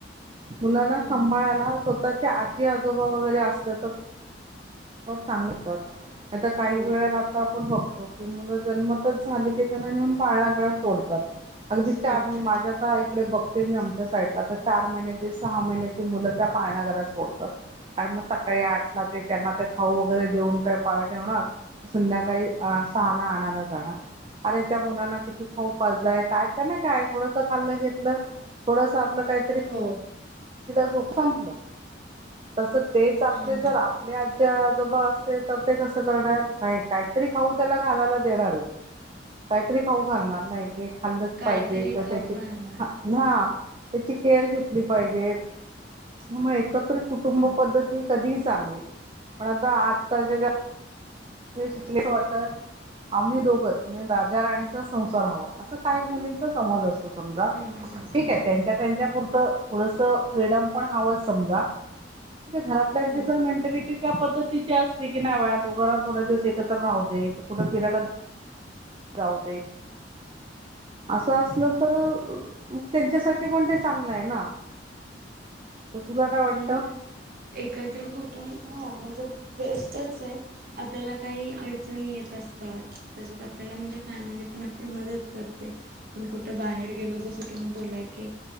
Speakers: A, on the right; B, on the right.
A: मुलांना
B: हम्म
A: सांभाळायला
B: हम्म
A: स्वतः आजी आजोबा वगैरे असत तर चांगतात आता काही
B: हो
A: वेळेला आता आपण बघतो की मुलं जन्मताच झाली की त्यांना नेऊन पाळणा घरात सोडतात अगदी
B: सोडतात
A: चार मी माझ्या आता तडे बघते मी आमच्या साईडला तर चार महिन्याचे सहा महिन्याची मुलं त्या पाळण्या घरात सोडतात आणि मग सकाळी आठला ते त्यांना ते खाऊ वगैरे देऊन काही पाळ ठेवणार संध्याकाळी सहाला आणाला जाणार अरे त्या मुलांना किती खाऊ पाजलाय कायत ना काय थोडंसं खाल्लं घेत थोडस आपलं काहीतरी
B: हो
A: संपलं तस तेच आपले
B: हा ना
A: जर आपले आज आजोब असले तर ते कसं करणार नाही काय तरी खाऊ त्याला घालायला देणारच काहीतरी खाऊ घालणार नाही खाल्लंच
B: कायतरी
A: पाहिजे किंवा
B: खाऊ
A: त्याची
B: घालणार
A: हा त्याची केअर घेतली पाहिजे म एकत्र कुटुंब
B: हो
A: पद्धती कधीही चांगली पण आता आजकालच्या ज्या शिकलीच वाट आम्ही दोघच म्हणजे राजा राणीचा संसार हवा असं काही मुलींचा समज असतो समजा.
B: समज असतो
A: ठीक आहे त्यांच्या
B: हो
A: त्यांच्या पुुरतं थोडस फ्रीडम पण हवं समजा म्हणे घरातल्याची
B: हो
A: जर मेंटॅलिटी त्या पद्धतीची असली की नाही वळा दोघ थोडा दिवस एकत्र राहू दे कुठे फिरायला जाऊ दे असं असलं तर त्यांच्यासाठी पण ते चांगलं आहे ना <inaudible> तर तुला काय वाटतं
B: पण मग एकत्र कुटुं हा म्हणजे बेस्टच आहे. आपल्याला काही अडचणी येत असतात त्याच्यात आपल्याला म्हणजे फॅमिली पण आपली मदत करते. पण कुठं बाहेर गेलो जस तुम्ही बोला की